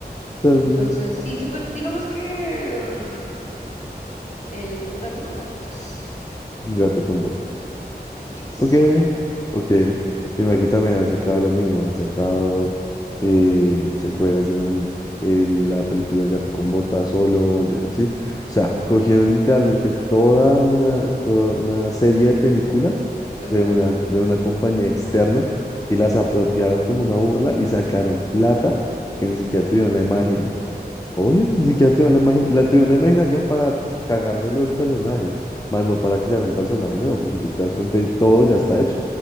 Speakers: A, on the left; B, on the left.
A: Está bien.
B: Entonces, sí, se puede, digamos que mm, el gato con botas.
A: Gato con botas.
B: Yes.
A: Ok, ok. Y mira que también han sacado lo mismo, han sacado eh, secuelas de lo mismo. El- la película El gato con botas solo, de- ¿sí? O sea, cogieron literalmente toda una, toda una serie de películas
B: Ajá.
A: de una, de una compañía externa y las apropiaron como una burla y sacaron plata que ni siquiera
B: Como
A: tuvieron
B: el
A: la
B: hijo
A: imagen,
B: de madre.
A: Obvio, ni siquiera tuvieron la imagina- la tuvieron la imaginación para cagarse los personajes, más no para crear un personaje nuevo, porque tú te das cuenta y todo ya está hecho.